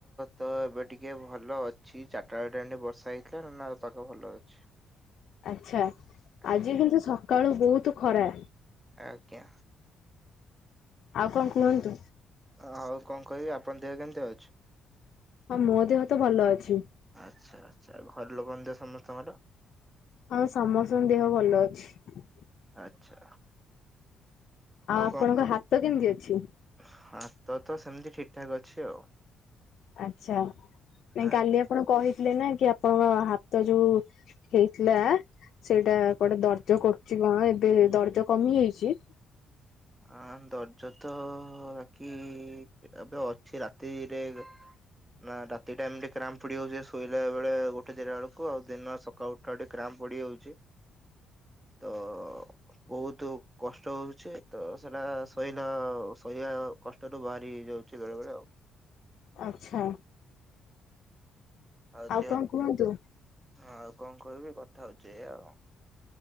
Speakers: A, on the right; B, on the left.
A: ତ ଏବେ ଟିକେ ଭଲ ଅଛି। ଚାରିଟା ବେଳ ଟାଇମ୍ ଟା ଟିକେ ବର୍ଷା ହେଇଥିଲା ନନେଆ ପାଗ ଭଲ ଅଛି।
B: ଆଛା,
A: ଆଜ୍ଞା
B: ଆଜି କିନ୍ତୁ ସକାଳୁ ବହୁତ ଖରା।
A: ଆଜ୍ଞା।
B: ଆଉ କଣ କୁହନ୍ତୁ।
A: ହଉ କଣ କହିବି ଆପଣଙ୍କ ଦେହ କେମିତି ଅଛି?
B: ହଁ, ମୋ ଦେହ ତ ଭଲ ଅଛି।
A: ଆଚ୍ଛା ଆଚ୍ଛା, ଘର ଲୋକଙ୍କ ଦେହ ସମସ୍ତଙ୍କର?
B: ହଁ ସମସ୍ତଙ୍କ ଦେହ ଭଲ ଅଛି।
A: ଆଚ୍ଛା ଆଉ
B: ଆପଣଙ୍କ
A: କଣ
B: ହାତ କେମିତି ଅଛି?
A: ହାତ ତ ସେମିତି ଠିକ୍ ଠାକ୍ ଅଛି ଆଉ।
B: ଆଚ୍ଛା, ନାଇଁ
A: ଆଜ୍ଞା
B: କାଲି ଆପଣ କହିି ଥିଲେ ନା କି ଆପଣଙ୍କ ହାତ ଯୋଉ ହେଇଥିଲା ସେଇଟା କୁଆଡେ ଦର୍ଜ କରୁଛି କଣ? ଏବେ ଦର୍ଜ କମିଯାଇଛି?
A: ହଁ, ଦର୍ଜ ତ ବାକି ଏବେ ଅଛି ରାତିରେ ନା ରାତି ଟାଇମ ଟା କ୍ରାମ ପଡି ଯାଉଛି, ଶୋଇଲା ବେଳେ ଗୋଟେ ଦିଟା ବେଳକୁ ଆଉ ଦିନ ସକାଳ ଉଠିଲା ବେଳକୁ କ୍ରାମ ପଡିଯାଉଛି। ତ ବହୁତ କଷ୍ଟ ହଉଛି। ତ ସେଟା ସହିଲା ସହିବା କଷ୍ଟରୁୁ ବାହାରି ହେଇଯାଉଛି, ବେଳେ ବେଳେ ଆଉ।
B: ଆଚ୍ଛା।
A: ଆଉ ଯେଅ
B: କଣ କୁହନ୍ତୁ?
A: ଆଉ କଣ କହିବି? କଥା ହଉଛି ଏ ଆଉ।